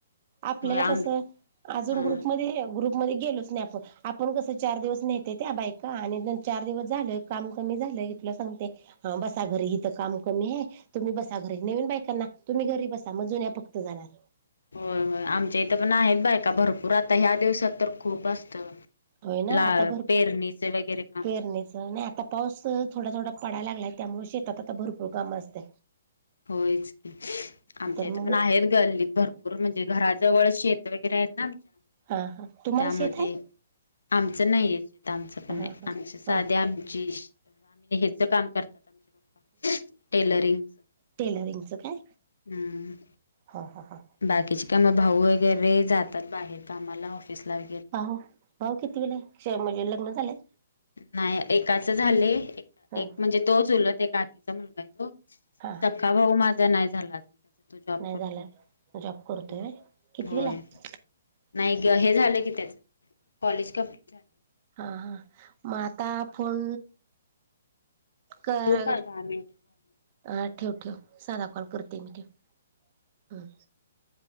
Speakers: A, on the right (about 40°); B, on the left (about 80°).
A: आपल्याला
B: होय आम
A: कसं अजून
B: हा
A: ग्रुपमध्ये, ग्रुप मधे गेलोच नाही. आपण कसं चार दिवस नेहत्यात बायका आणि चार दिवस झाल काम कमी झालं तुला सांगते. हं बसा घरी हित काम कमी हाय, तुम्ही बसा घरी नवीन बायकांना तुम्ही घरी बसा. मग जुन्या फ हित जरा
B: होय-होय आमच्या इथं पण आहेत बायका भरपूर आता ह्या दिवसात तर खूप असतं.
A: होय ना
B: लाळ,
A: आता भरपूर
B: पेरणीचे वगैरे काम.
A: पेरणीचं नाही आता पाऊस अं थोडा-थोडा पडाय लागलाय त्यामुळं शेतात आता भरपूर काम असतं.
B: होयच की, आमच्या इथं
A: मग
B: पण आहेत गल्लीत भर भर म्हणजे जे घराजवळ शेत वगेरे हायत ना आमच्या
A: हां हां, तुमाला
B: त्यामुळे
A: शेत
B: ते
A: हाय?
B: आमचं नाही. तिथं आमचं, पण
A: हा
B: नाही
A: हा
B: आमच साधं
A: हा
B: आमची तर आम्ही ह्याच काम करतात, आमचे पप्पा टेलरिंगच.
A: टेलरिंगचं काय?
B: हं.
A: हां हा हा.
B: बाकीची काम, भाऊ वगैरे जातात बाहेर कामाला ऑफिसला वगैरे.
A: हो भाऊ कितीवीला हाय? हे शे म्हणजे लग्न झालंय?
B: नाही एकाच झालय.
A: हा
B: एक म्हणजे तो चुलत हे एक काकीचा मुलगा आहे तो.
A: हा
B: सख्खा
A: हा
B: भाऊ माझा नाही झाला. अजून त्याचं लग्न तो जॉब
A: नाही
B: करतोय.
A: झाला जॉब करतोय
B: हं.
A: व्हय कितवीला
B: होय.
A: आहे
B: नाही गं हे झालं की त्याच, कॉलेज कंप्लीट झालं.
A: हा हा म आता हा फोन कर.
B: ठेवू का दहा मिनिट
A: हा ठेव ठेव साधा कॉल करते मी ठेव हं.